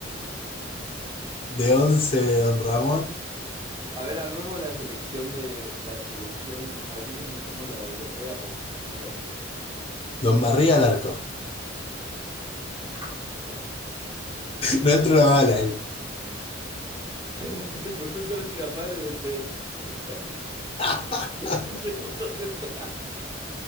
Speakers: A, on the left; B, on the right.
A: de 11, de Don Ramón,
B: A ver, armemos la selección de la selección, así como hicimos la de europea, podemos armar la de México.
A: Don Barriga al arco.
B: <laughs>
A: No entra una bala ahí.
B: El profesor Girafales de seis <laughs>
A: <laughs>
B: El segundo central.